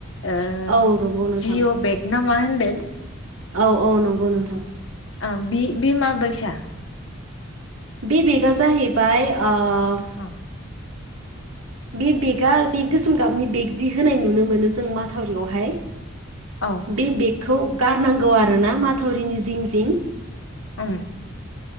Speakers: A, on the left; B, on the right.
A: ओ
B: औ नंगौ नोंथां
A: जिअ' बेग ना मा होनदों
B: औ औ नंगौ नोंथां
A: ओं बि बि मा बायसा?
B: बि बेकआ जाहैबाय ओ
A: औ
B: बि बेगा बि गोसोम गाबनि बेग जि होनाय नुनो मोनो जों माथोवरियावहाय
A: औ
B: बि बेगखौ गारनांगौ आरोना माथावरिनि जिं जिं
A: ओम